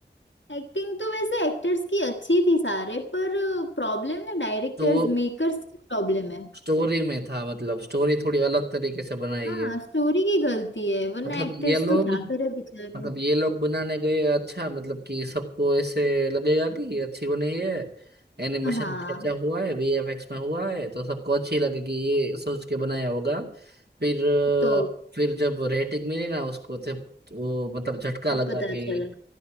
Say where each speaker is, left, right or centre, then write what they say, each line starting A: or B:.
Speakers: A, on the left; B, on the right.
A: एक्टिंग तो वैसे एक्टर्स की अच्छी थी सारे पर प्रॉब्लम ना डायरेक्टर्स
B: तो वो
A: मेकर्स की प्रॉब्लम है
B: स्टोरी में था मतलब स्टोरी थोड़ी अलग तरीके से बनाई
A: हाँ
B: है
A: स्टोरी की गलती है वरना
B: मतलब
A: एक्टर्स
B: ये लोग
A: तो क्या करे बेचारे
B: मतलब ये लोग बनाने गए अच्छा मतलब कि सबको ऐसे लगेगा कि ये अच्छी बनी है एनिमेशन
A: हाँ
B: में खर्चा हुआ है वीएफएक्स में हुआ है तो सबको अच्छी लगेगी ये सोच के बनाया होगा फिर अ,
A: तो
B: फिर जब रेटिंग मिली ना उसको तब वो मतलब झटका
A: तब
B: लगा
A: पता
B: कि
A: चला